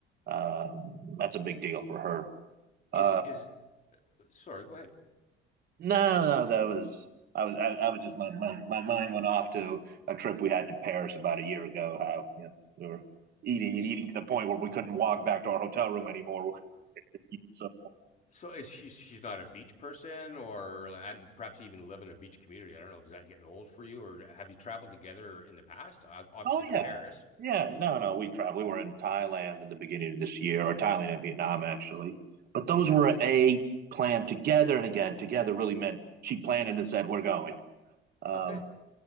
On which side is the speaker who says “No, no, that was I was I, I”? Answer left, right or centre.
Right